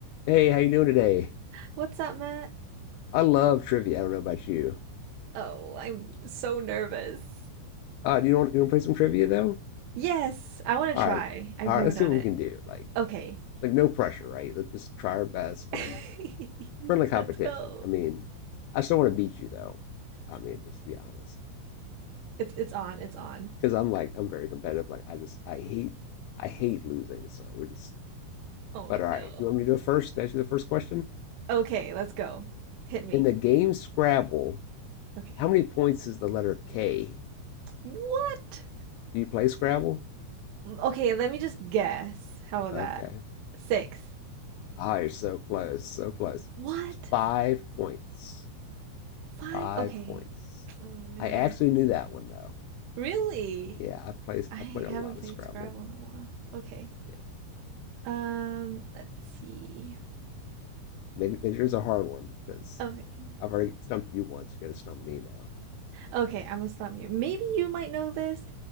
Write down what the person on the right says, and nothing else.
What's up, Matt?
Oh, I'm so nervous.
Yes, I want
to
try. I've
never
done
it.
Okay.
<laughs>
Let's go.
It's it's on. It's on.
Oh
no.
Okay, let's go. Hit me.
Okay.
What?
Mm, Okay, let me just guess. How about
that? Six.
What?
Five?
Okay.
Oh man.
Really?
I
haven't
played
Scrabble in a while. Okay.
Um, let's see.
Okay.
Okay, I'm gonna stop you. Maybe you might know this.